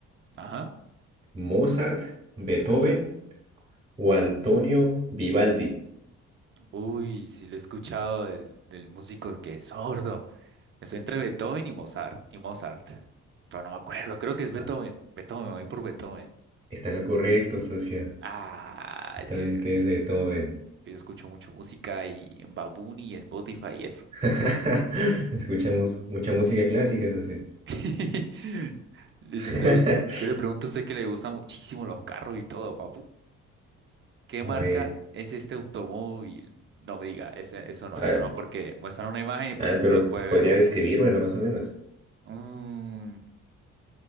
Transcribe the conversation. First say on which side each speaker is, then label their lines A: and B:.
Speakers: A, on the right; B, on the right.
A: Ajá.
B: ¿Mozart, Beethoven o Antonio Vivaldi?
A: Uy, sí lo he escuchado del, del músico que es sordo. Es entre Beethoven y Mozart. Y Mozart. Pero no me acuerdo, creo que es Beethoven.
B: Ah,
A: Beethoven, me voy por Beethoven.
B: Está en lo correcto, socio.
A: Ah,
B: Justamente
A: es que,
B: ese Beethoven.
A: que yo escucho mucho música y en Babuni y Spotify y eso.
B: <laughs> Escuchamos mucha música clásica, socio.
A: <laughs> Listo,
B: <laughs>
A: entonces yo le pregunto a usted que le gustan muchísimo los carros y todo, papu. ¿Qué
B: A
A: marca
B: ver,
A: es este automóvil? No me diga, ese- eso no,
B: a ver,
A: eso no, porque muestran una imagen y pues
B: a ver, pero
A: no la puede ver,
B: podría
A: papu.
B: describírmelo más o menos.
A: Mm,